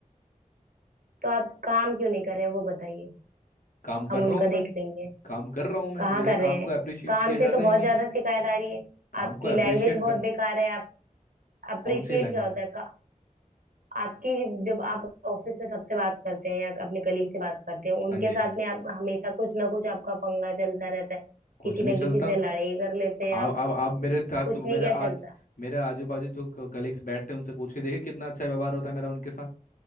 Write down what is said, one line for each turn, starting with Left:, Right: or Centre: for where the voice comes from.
Right: तो आप काम क्यों नहीं कर रहे हैं, वो बताइए
Left: काम
Right: हम
Left: कर
Right: उनका
Left: रहा हूँ
Right: देख
Left: मैं
Right: लेंगे
Left: काम कर रहा हूँ मैं
Right: कहाँ
Left: मेरे
Right: कर रहे
Left: काम
Right: हैं
Left: को अप्रिशिएट
Right: काम
Left: किया
Right: से
Left: जाता
Right: तो बहुत
Left: ही नहीं
Right: ज्यादा शिकायत आ रही है
Left: काम
Right: आपकी
Left: को अप्रिशिएट
Right: लैंग्वेज बहुत
Left: कर
Right: बेकार है आप अप्रिशिएट
Left: कौन सी लैंग्वेज
Right: क्या होता
Left: है
Right: है का, आपकी जब आप ऑफिस में सबसे बात करते हैं या अपने कलीग से बात करते हैं उनके
Left: हाँ जी
Right: साथ में आप हमेशा कुछ ना कुछ आपका पंगा चलता रहता है
Left: कुछ
Right: किसी
Left: नहीं
Right: न
Left: चलता
Right: किसी से लड़ाई कर लेते हैं
Left: आप
Right: आप
Left: आप आप मेरे साथ
Right: कुछ
Left: तो
Right: नहीं
Left: मेरे
Right: क्या
Left: आज
Right: चलता
Left: मेरे आजू बाजू जो कलीग्स बैठते हैं उनसे पूछ के देखिए कितना अच्छा व्यवहार होता है मेरा उनके साथ